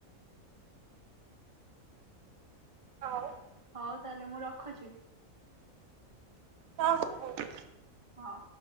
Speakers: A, on the right; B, on the right.
A: ଆଉ
B: ହଉ ତାହେଲେ ମୁଁ ରଖୁଛି।
A: ହଁ ହଁ ହଉ।
B: ହଁ।